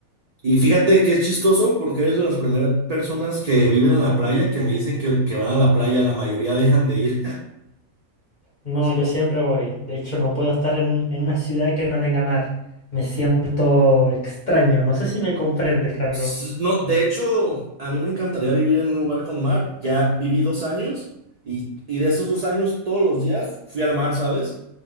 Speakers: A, on the right; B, on the left.
A: Y fíjate que es chistoso porque eres de las primeras personas que viven en la playa que me dicen que, que van a la playa, la mayoría dejan de ir. <laughs>
B: No,
A: Sí.
B: yo siempre voy. De hecho, no puedo estar en, en una ciudad que no tenga mar. Me siento extraño. No sé si me comprendes, Carlos.
A: S- No, de hecho, a mí me encantaría vivir en un lugar con mar. Ya viví dos años y, y de esos dos años todos los días fui al mar, ¿sabes?